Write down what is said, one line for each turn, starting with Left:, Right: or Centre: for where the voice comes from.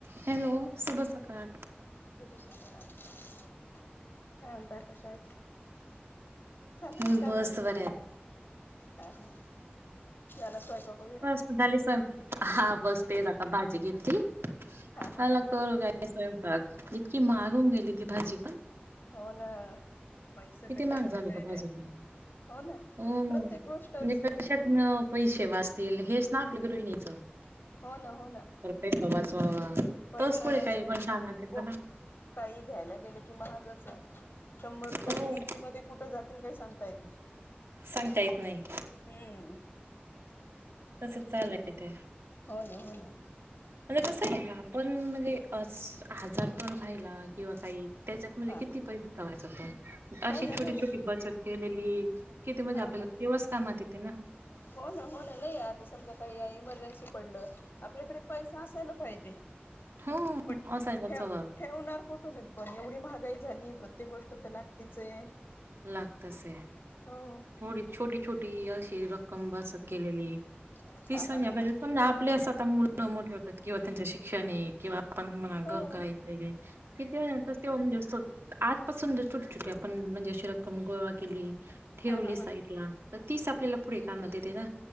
Right: Hello सुुभ सकाल
Left: सुभ सकाळ काय म्हता कशा आहेत चालू
Right: हम्म
Left: आहेत काम
Right: बस बरं आहे.
Left: हा हा न स्वयपाक वगैरे
Right: झाले स्वय हा बस तेच आता भाजी घेतली
Left: हा हा
Right: चला
Left: हा हा
Right: करू काय स्वयंपाक इतकी माहाग होऊन गेली ती भाजी पण,
Left: हो ना, पैसा
Right: किती
Left: कशाला
Right: महाग झालं
Left: लागायलाय
Right: होत भाजी पण
Left: हो ना
Right: हो
Left: प्रत्येक गोष्टच,
Right: म्हणजे पैसे वाचतील हेच ना आपल्या गृहिणीचं
Left: हो ना हो ना
Right: काही त वाचवावा
Left: पैसा
Right: तोच पुढे
Left: वाचवायचं.
Right: काही पण कामात येत
Left: को
Right: ना
Left: काही घ्यायला गेलं की महागच आहे. शंभर रुपये
Right: हो
Left: तं इझीमध्ये कुठं जातील. काही सांगता येत नाही.
Right: सांगता येत नाही.
Left: हम्म,
Right: तसंच चालंय येते.
Left: हो न, हो न,
Right: म्हणजे कसं आहे. आपण म्हणजे अस आजार पण राहिला किंवा काही त्याच्यात म्हणजे
Left: हा
Right: किती पैसे ठेवायचं आपण.
Left: हो
Right: अशी
Left: ना
Right: छोटी
Left: हो
Right: छोटी
Left: ना
Right: बचत केलेली किती म्हणजे
Left: हा
Right: आपल्याला
Left: हा
Right: तेवास कामात येते ना,
Left: हो न, हो न, नाही आता समजा काही इमर्जन्सी पडलं. आपल्याकडे पैसा असायला पाहिजे.
Right: हो
Left: पण
Right: असायलाच
Left: ठेव
Right: हवं
Left: ठेवणार कुठूनत पण एवढी महागाई झाली. प्रत्येक गोष्ट तर लागतीच आहे.
Right: लागतं से
Left: हो
Right: थोडी छोटी छोटी अशी रक्कम बसत केलेली,
Left: हा
Right: <unintelligible>
Left: हा
Right: समजा
Left: हा हा
Right: आ प्लेस आता मुलं मोठे होतात. किंवा त्यांचे शिक्षणे हे किंवा पण म्हणा
Left: हो
Right: घर
Left: हो
Right: करायचंय काही, किती वेळातच तेव्हा म्हणजे स्वतः आत पासून जर छोटी छोटी आपण म्हणजे अशी रक्कम गोळा केली. ठेवली
Left: हा हा
Right: साईड
Left: हा
Right: ला त तीस आपल्याला पुढे कामात येते ना,